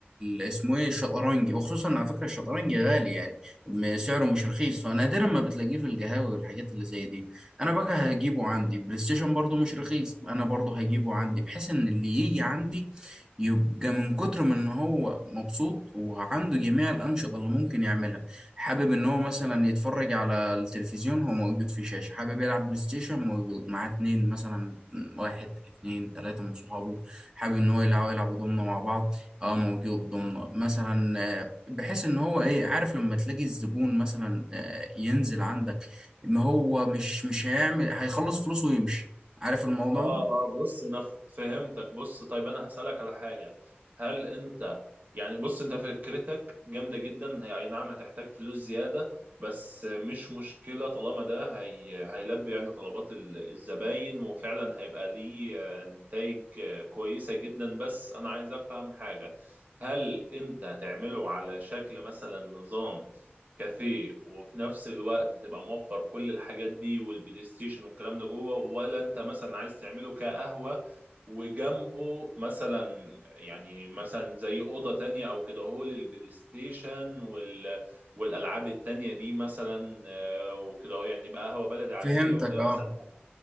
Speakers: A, on the right (about 20°); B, on the right (about 45°).
A: ال اسمه ايه الشطرنج وخصوصا على فكره الشطرنج غالي يعني م- سعره مش رخيص فنادرا ما بتلاقيه في القهاوي والحاجات اللي زي دي انا بقى هجيبه عندي بلاي ستيشن برضه مش رخيص انا برضه هجيبه عندي بحيث ان اللي يجي عندي يبقى من كتر ما ان هو مبسوط وعنده جميع الانشطه اللي ممكن يعملها حابب ان هو مثلا يتفرج على التلفزيون هو موجود في شاشة حابب يلعب بلاي ستيشن موجود معاه اتنين مثلا واحد اتنين تلاتة من صحابه حابب ان هو يلعب يلعبوا ضمنة مع بعض اه موجود ضمنة مثلا آه، بحيث ان هو ايه عارف لما تلاقي الزبون مثلا آه، ينزل عندك ان هو مش مش هيعمل هيخلص فلوسه ويمشي عارف الموضوع
B: اه
A: ده
B: اه بص انا ف- فهمتك بص طيب انا هسألك على حاجة هل انت يعني بص انت فكرتك جامدة جدا هي اي نعم هتحتاج فلوس زيادة بس مش مشكلة طالما ده هي هيلبي يعني طلبات ال- الزباين وفعلا هيبقى ليه آه، نتائج آه، كويسة جدا بس انا عايز افهم حاجة هل انت هتعمله على شكل مثلا نظام كافيه وفي نفس الوقت تبقى موفر كل الحاجات دي والبلاي ستيشن والكلام ده جوه ولا انت مثلا عايز تعمله كقهوة وجنبه مثلا يعني مثلا زي أوضة تانية أو كده هو للبلاي ستيشن وال... والألعاب التانية دي مثلا آه، وكده هو يعني يبقى قهوة بلدي عادية
A: فهمتك
B: وده
A: اه
B: مثلا